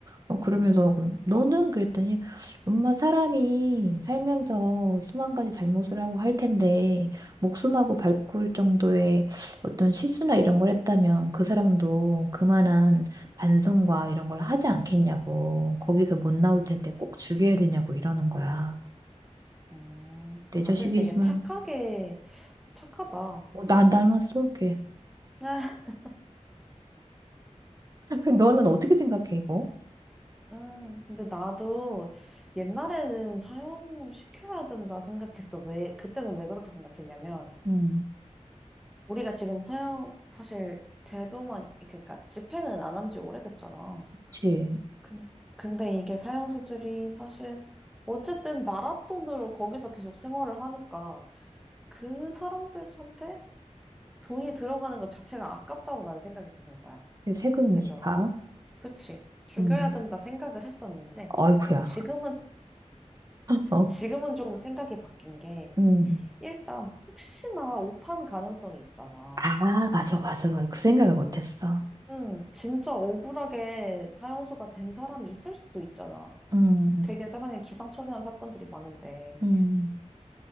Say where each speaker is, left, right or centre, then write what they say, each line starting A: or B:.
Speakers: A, on the right; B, in the centre.
A: 어, 그러면서
B: 음,
A: 그럼 너는 그랬더니 엄마 사람이 살면서 수만 가지 잘못을 하고 할 텐데 목숨하고 발꿀 정도의 어떤 실수나 이런 걸 했다면 그 사람도 그만한 반성과 이런 걸 하지 않겠냐고 거기서 못 나올
B: 음,
A: 텐데 꼭 죽여야 되냐고 이러는 거야
B: 음.
A: 내 자식이지만
B: 아들 되게 착하게, 착하다.
A: 어, 나 닮았어 걔
B: <laughs>
A: 그럼 너는 어떻게 생각해, 이거?
B: 음, 근데 나도 옛날에는 사형시켜야 된다 생각했어. 왜, 그때는 왜 그렇게 생각했냐면,
A: 음,
B: 우리가 지금 사형, 사실 제도만, 그러니까 집행은 안 한 지 오래됐잖아.
A: 그치.
B: 근- 근데 이게 사양수들이 사실 어쨌든 나라 돈으로 거기서 계속 생활을 하니까 그 사람들한테 돈이 들어가는 것 자체가 아깝다고 난 생각이 드는 거야.
A: 세금이지,
B: 그래서
A: 다.
B: 그치 죽여야
A: 음,
B: 된다 생각을 했었는데
A: 어이구야.
B: 지금은
A: <laughs> 어.
B: 지금은 조금 생각이 바뀐 게
A: 음,
B: 일단 혹시나 오판 가능성이 있잖아.
A: 아, 맞아, 맞아, 맞아. 그 생각을 못했어.
B: 음, 진짜 억울하게 사형수가 된 사람이 있을 수도 있잖아.
A: 음,
B: 되게 세상에 기상천외한 사건들이 많은데.
A: 음,